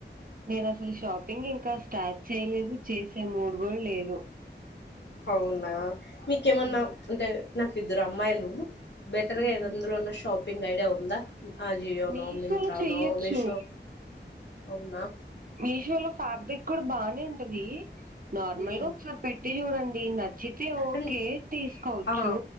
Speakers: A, on the right (about 50°); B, on the left (about 70°).
A: నేను అసలు షాపింగ్ ఇంకా స్టార్ట్ చేయలేదు చేసే మూడుకూడా లేదు
B: అవునా మీకేమన్నా
A: ఉమ్,
B: అంటే నాకు ఇద్దరు అబ్ అమ్మాయిలు బెటర్ గా
A: ఉమ్.
B: ఏదందరులో ఉన్న షాపింగ్ ఐడియా ఉందా అజియో
A: మీషోలో
B: నో మింత్రా
A: చెయ్యొచ్చు
B: నో మీషో అవునా
A: మీషో లో ఫ్యాబ్రిక్ కూడా బానే ఉంటది నార్మల్
B: ఉమ్
A: గా ఒకసారి పెట్టి చూడంన్ ఏం కాద్ చ్చితే ఓకే
B: అండ్
A: తీసుకోవచ్చు
B: ఆ